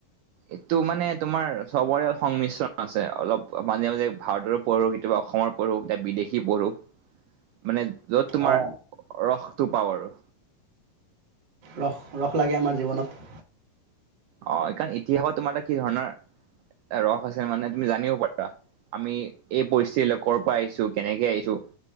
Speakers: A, on the right; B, on the right.
A: এইটো মানে তোমাৰ চবৰে ইয়াত সংমিশ্ৰণ আছে অলপ মাজে মাজে ভাৰতৰো পঢ়ো কেতিয়াবা অসমৰ পঢ়ো। এতিয়া বিদেশ দেখি পঢ়ো। মানে যত তোমাৰ
B: অ
A: ৰসটো পাওঁ আৰু।
B: ৰস ৰস লাগে আমাৰ জীৱনত।
A: অ, এই কাৰণ ইতিহাসত তোমাৰ এটা কি ধৰণৰ ৰস আছে মানে তুমি জানিব পাৰা। আমি এই পৰিস্থিতি লৰ পৰা আহিছো কেনেকে আহিছো।